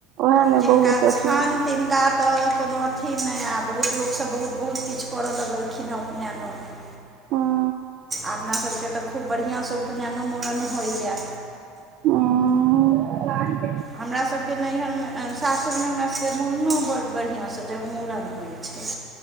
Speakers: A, on the right; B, on the right.
A: ओएह ने
B: जिनका
A: बहुत अथी
B: छान
A: होइ छै
B: तिनका तऽ कोनो अथी नहि आ बहुत लोक सभ बहुत बहुत किछ करऽ लगलखिन हे उपनयनो मे।
A: हाँ
B: अपना सभके तऽ खूब बढ़िआँ सँ उपनयनो मूड़न होइए।
A: अं
B: हमरा सब के नैहर मे, सासुर में हमरा सब के मुड़नो बड़ बढ़िया से जगमूड़न होइ छै।